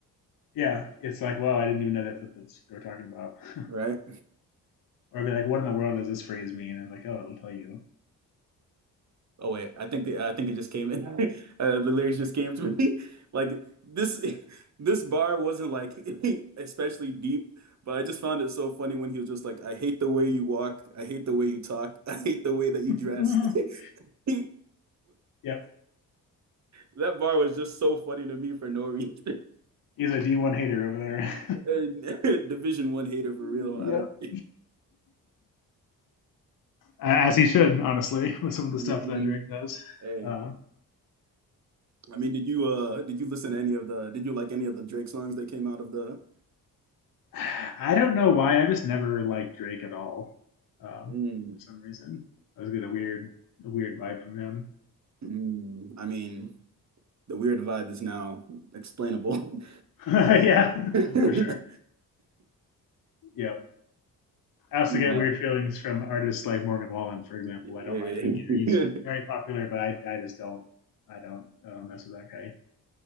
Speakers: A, on the left; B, on the right.
A: Yeah, it's like, well, I didn't even know that's what that's what they were talking about.
B: right?
A: <laughs> or I'd be like, what in the world does this phrase mean? And like, oh, it'll tell you.
B: Oh wait, I think the I think it just came in. <laughs> Uh, the lyrics just came to me. <laughs> Like this <laughs> this bar wasn't like <laughs> especially deep, but I just found it so funny when he was just like, "I hate the way you walk. I hate the way you talk. <laughs> I hate the way that you
A: <laughs>
B: dress." <laughs>
A: yep,
B: That bar was just so funny to me for no reason.
A: he's a D1 hater over there.
B: <laughs> And <laughs> Division one hater for
A: <laughs>
B: real. I
A: Yep.
B: don't. I
A: as he should, honestly, <laughs> with some of the
B: mean,
A: stuff that Drake does.
B: hey,
A: Uh,
B: I mean, did you uh did you listen to any of the did you like any of the Drake songs that came out of the?
A: I don't know why. i just never liked Drake at all uh,
B: Mm.
A: for some reason. I was get a weird, a weird vibe from him.
B: Mm, I mean, the weird vibe is now explainable.
A: <laughs> yeah,
B: <laughs>
A: for sure. Yeah. I also
B: No,
A: get weird feelings from artists like Morgan Wallen, for example.
B: yeah.
A: I don't like him either. He's
B: <laughs>
A: very popular, but I, I just don't, I don't uh, mess with that guy.